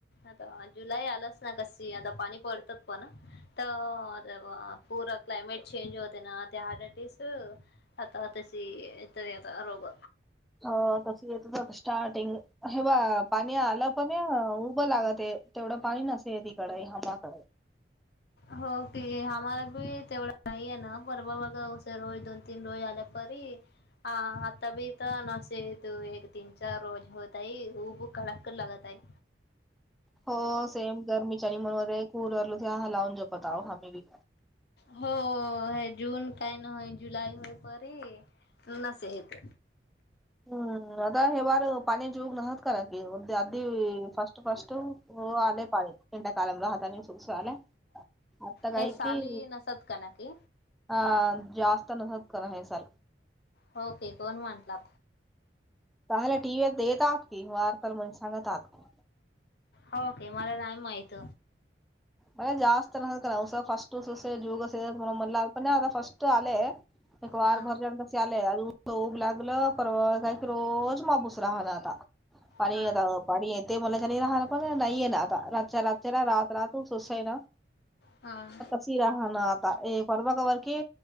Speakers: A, on the left; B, in the centre.
A: आता जुलै आलाच ना कशी आता पाणी पडतात पण तर पूरा क्लायमेट चेंज होते ना ते हटस आता तशीी इथ याता रोग
B: अ तस येत स्टार्टिंग हे बा पाणी आलं पण उभं लागत आहे तेवढं पाणी नसेय तिकडे हमाकडे
A: हो की आम्हाला बी तेवढं नाहीये ना पर बाबाघा रोज दोन तीन रोज आल्यापरी हाताब तर नसे तू एक तीन चार रोज होतय उब कडक कर लगातय.
B: हो सेम गर्मीच्या निमनमध्येे कूलरलो किवा ह लावून जपत आो हम्ही बिक.
A: हो हे जून काय ना जुलै होय परी लस येत.
B: ह्म आता हे बार पाणी जूग नसात का की अधी फस्ट फस्ट हो आले पाळेंड्या कालम राहात आणि सुरस आलं आता
A: हे
B: काय
A: साली
B: कि
A: नसत का ना की
B: हा जास्त नसत करा हे सलख
A: होके कोण म्हटला
B: चले टीव्हीत देत आहात की वार सार म्ह सांगत आहाती.
A: होके मला नाही माहित.
B: म जास्त फस्ट ससे जुग स मप फस्ट आले. एक वार
A: हा
B: भर जात. लय अजून स उब लागलं परवा काय क रोज मापूस राहला आता पाणी
A: हा
B: येत पाणी येते मलाच्यानी राहणार पण नाहीये ना आता रात रातलाात ह तू सोसा आहे ना.
A: हां.
B: शिरा हान आता हे पर्वाग वरकीे